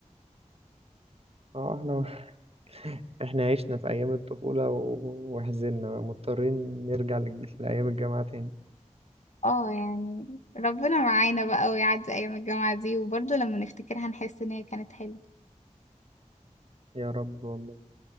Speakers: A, on the right (about 50°); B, on the left (about 65°).
A: اه احنا <laughs> احنا عشنا في أيام الطفولة و- وحزننا بقى مضطرين نرجع لج- لأيام الجامعة تاني
B: اه يعني ربنا معانا بقى ويعدي ايام الجامعة دي وبرضه لما نفتكرها نحس ان هي كانت حلوة
A: يا رب والله